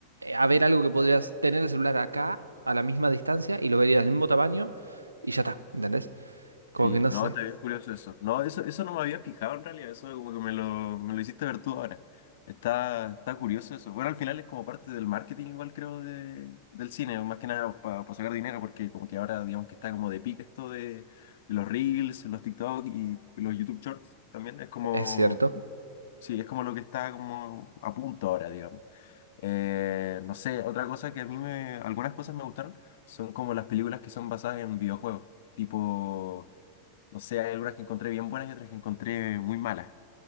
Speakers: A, on the right (about 80°); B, on the left (about 55°).
A: a ver algo que podrías tener el celular acá, a la misma distancia, y lo verías del mismo tamaño, y ya está, ¿entendés? Como
B: Sí,
A: que no
B: no,
A: sé,
B: está bien curioso eso. No, eso, eso no me había fijado en realidad, eso como que me lo, me lo hiciste ver tú ahora. Está, está curioso eso. Bueno, al final es como parte del marketing igual creo de, del cine, más que nada para sacar dinero, porque como que ahora digamos que está como de pique esto de, de los Reels, los TikTok y los YouTube Shorts también. Es como,
A: es cierto.
B: sí, es como lo que está como a punto ahora, digamos. Eh, no sé, otra cosa que a mí me, algunas cosas me gustaron son como las películas que son basadas en videojuegos, tipo... No sé, hay algunas que encontré bien buenas y otras que encontré muy malas.